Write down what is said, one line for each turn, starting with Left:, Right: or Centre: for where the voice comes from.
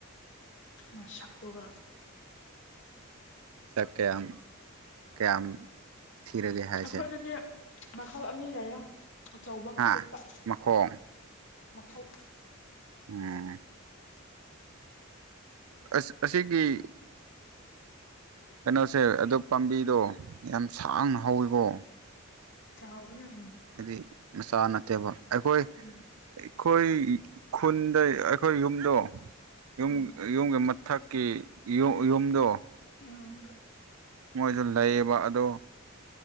Left: ꯑ ꯁꯛꯇ ꯇꯣꯒ
Right: ꯁ ꯀꯦꯝꯝ ꯀꯌꯥꯝꯝ ꯊꯤꯔꯒꯦ ꯍꯥꯏꯁꯦ
Left: ꯑꯩꯈꯣꯏꯗꯗꯤ ꯃꯈꯜ ꯑꯅꯤ ꯂꯩꯌꯦ ꯑꯆꯧꯕꯒ
Right: ꯍꯥ
Left: ꯑꯄꯤꯛꯄ
Right: ꯃꯈꯣꯡ
Left: ꯃꯈꯜ
Right: ꯎꯝ ꯑꯁ ꯑꯁꯤꯒꯤ ꯀꯩꯅꯣꯁꯦ ꯑ ꯄꯥꯝꯕꯤꯗꯣ ꯌꯥꯝ ꯁꯥꯡꯅ ꯍꯧꯥꯎꯋꯤꯕꯣ
Left: ꯆꯍꯕꯅ
Right: ꯍꯥꯏꯗꯤ ꯃꯆꯥ ꯅꯠꯇꯦꯕ ꯑꯩꯈꯣꯏ ꯑꯩꯈꯣꯏ
Left: ꯎꯝ
Right: ꯈꯨꯟꯗ ꯑꯩꯈꯣꯏ ꯌꯨꯝꯗꯣ ꯌꯨꯝ
Left: ꯎꯝ
Right: ꯌꯨꯝꯒꯤ ꯃꯊꯛꯀꯤ ꯌꯨꯝꯗꯣ
Left: ꯎꯝ
Right: ꯃꯣꯏꯁꯨ ꯂꯩꯌꯦꯕ ꯑꯗꯣ